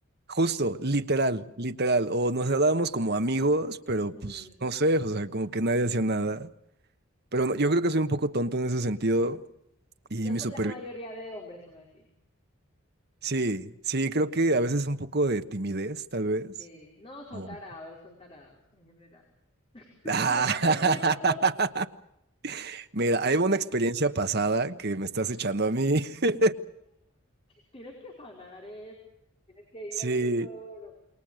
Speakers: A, on the right; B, on the left.
A: Justo, literal, literal. O nos hablábamos como amigos, pero
B: Ujú.
A: pues no sé, o sea, como que nadie hacía nada. Pero no, yo creo que soy un poco tonto en ese sentido y
B: Los-
A: mi
B: la
A: supervisor.
B: mayoría de hombres son así.
A: Sí, sí, creo que a veces un poco de timidez, tal vez.
B: Sí, no, son
A: O...
B: tarados, son tarados en general. <laughs>
A: <laughs>
B: Mentiras.
A: Mira, hay una
B: <laughs>
A: experiencia pasada que me estás echando a mí. <laughs>
B: Tienes que sanar eso. Tienes que ir
A: Sí,
B: al psicólogo.